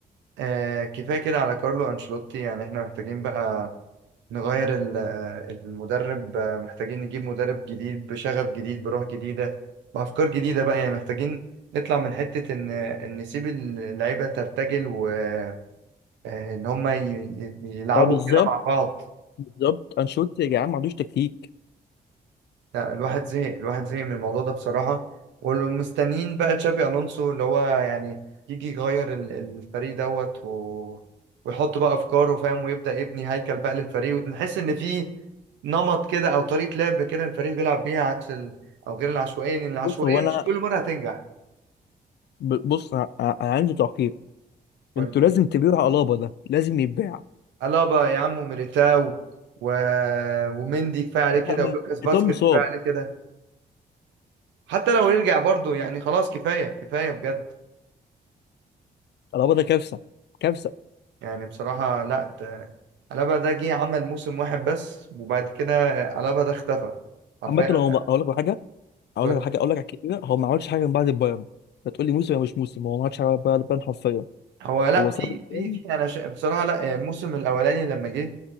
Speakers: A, on the right (about 80°); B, on the left (about 65°).
A: آه كفايه كده على كارلو انشيلوتي يعني احنا محتاجين بقى نغير ال- آه، المدرب آه، محتاجين نجيب مدرب جديد بشغف جديد بروح جديده بافكار جديده بقى يعني محتاجين نطلع من حته ان ان نسيب اللعيبه ترتجل وان هم يلعبوا
B: لا بالظبط
A: كده مع بعض
B: بالظبط انشيلوتي يا جدعان ما عندوش تكتيك
A: لا الواحد زهق الواحد زهق من الموضوع ده بصراحة ومستنيين بقى تشابي ألونسو اللي هو يعني يجي يغير ال- الفريق دوت و... ويحط بقى أفكاره فاهم ويبدأ يبني هيكل بقى للفريق ونحس إن في نمط كده أو طريقة لعب كده الفريق بيلعب بيها عكس ال... أو غير العشوائية لأن العشوائية
B: بص هو انا
A: مش كل مرة هتنجح
B: ب- بص انا انا عندي تعقيب
A: قول
B: انتوا لازم تبيعوا الابا ده لازم يتباع
A: ألابا يا عم وميليتاو و... ومندي كفاية عليه كده
B: لا ميتان
A: ولوكاس باسكت
B: مصاب
A: كفاية عليه كده حتى لو يرجع برضه يعني خلاص كفاية كفاية بجد
B: الابا ده كارثه كارثه
A: يعني بصراحة لا ده ألابا ده جه عمل موسم واحد بس وبعد كده ألابا ده اختفى حرفيا
B: عامه لو ما- اقول لك على حاجه اقول
A: قول-
B: لك على حاجه اقول لك على كده هو ما عملش حاجه من بعد البايرن هتقول لي موسم ولا مش موسم هو ما عملش حاجه من بعد البايرن حرفيا
A: هو لا
B: هو ساب
A: في
B: البايرن
A: في في أنا شا... بصراحة لا يعني الموسم الأولاني لما جه